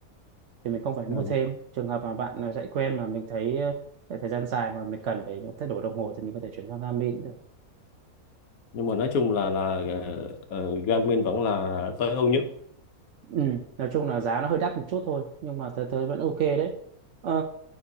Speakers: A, on the right (about 65°); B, on the left (about 70°).
A: thì mình không phải mua
B: Rồi.
A: thêm trường hợp mà bạn à, chạy quen mà mình thấy ờ, chạy thời gian dài mà mình cần phải thay đổi đồng hồ thì mình có thể chuyển sang Garmin cũng được
B: nhưng mà nói chung là là ờ, ờ, Garmin vẫn là tối ưu nhất
A: ừ. nói chung là giá nó hơi đắt một chút thôi nhưng mà tớ tớ vẫn ok đấy Ờ,